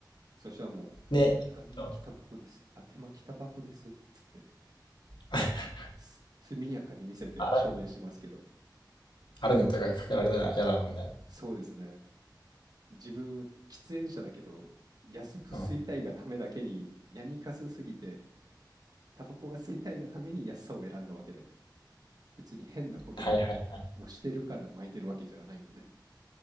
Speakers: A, on the right; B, on the left.
A: そしたらもう、
B: ね。
A: あ、紙巻きタバコです。
B: そう
A: あ、手巻きタバコです。つって、
B: <laughs>
A: す速やかに見せて証明してますけど、
B: あら、あらに疑いかけられたら嫌だもんね。
A: そうですね。自分は喫煙者だけど、安く吸いたいがためだけに、
B: うん。
A: ヤニカスすぎて、タバコが吸いたいがために安さを選んだわけで、別に変なことに
B: はいはいはい。
A: 押してるから巻いてるわけじゃないんでね。